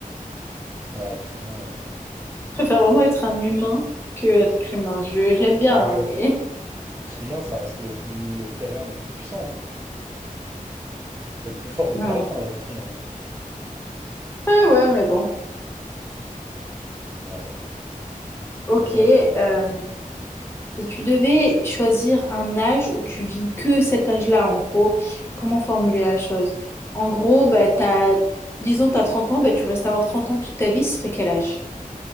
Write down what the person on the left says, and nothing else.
préfère vraiment être un humain que être criminel. Je, je l'aime bien,
hein,
mais. <laughs>
Ouais.
Ah ouais, mais bon.
Ok.
euh, si tu devais choisir un âge où tu vis que cet âge-là, en gros, comment formuler la chose? En gros, bah, t'as, disons, t'as 30 ans, bah, tu restes à avoir 30 ans toute ta vie, ce serait quel âge?